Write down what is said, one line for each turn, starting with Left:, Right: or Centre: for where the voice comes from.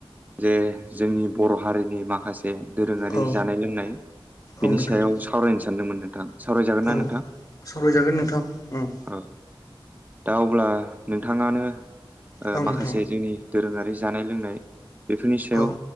Right: जे जोंनि बर' हारिनि माखासे दोरोङारि
Left: औ
Right: जानाय लोंनाय बिनि
Left: औ नोंथां
Right: सायाव सावरायनो सानदोंमोन नोंथां सावरायजागोन
Left: औ
Right: ना नोंथां
Left: सावरायजागोन नोंथांं ओम
Right: औ दा अब्ला नोंथाङानो ओ
Left: औ नोंथां
Right: माखासे जोंनि दोरोङारि जानाय लोंनाय बेफोरनि सायाव
Left: औ